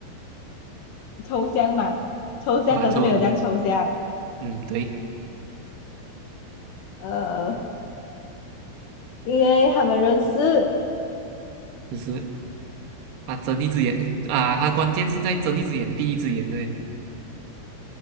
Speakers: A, on the left; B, on the right.
A: 抽象嘛，抽象可是没有这样抽象。
B: 蛮抽嗯，对，
A: 呃，因为他们认识，
B: 就是啊，睁一只眼啊，他关键是在睁一只眼闭一只眼这边，